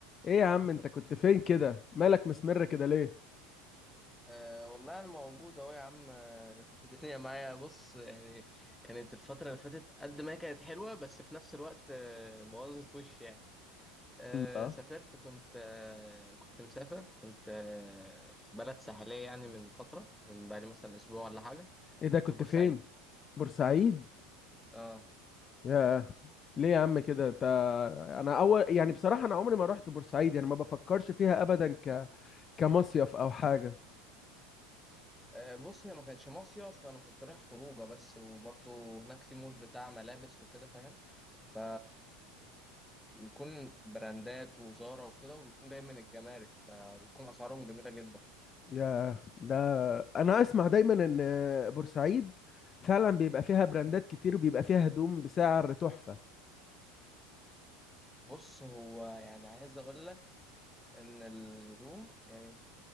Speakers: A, on the left; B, in the centre.
A: ايه يا عم انت كنت فين كده مالك مسمر كده ليه
B: أه والله أنا موجود أهو يا عم آه، <laughs> الدنيا معايا بص يعني كانت الفترة اللي فاتت قد ما هي كانت حلوة بس في نفس الوقت آه، بوظت وش يعني أه
A: الله
B: سافرت كنت أه كنت مسافر كنت أه في بلد ساحلية يعني من فترة من بقالي مثلا أسبوع ولا حاجة
A: ايه ده
B: كنت
A: كنت
B: في بورسعيد
A: فين بورسعيد
B: اه
A: يا ليه يا عم كده انت انا اول يعني بصراحة انا عمري ما رحت بورسعيد يعني ما بفكرش فيها ابدا ك... كمصيف او حاجة
B: آه، بص هي ما كانش مصيف فأنا كنت رايح خروجة بس وبرضه هناك في مول بتاع ملابس وكده فاهم ف يكون براندات وزارة وكده وبيكون جاي من الجمارك فبيكون أسعارهم جميلة جدا
A: يا ده انا اسمع دايما ان بورسعيد فعلا بيبقى فيها براندات كتير وبيبقى فيها هدوم بسعر تحفة
B: بص هو يعني عايز أقول لك إن الهدوم يعني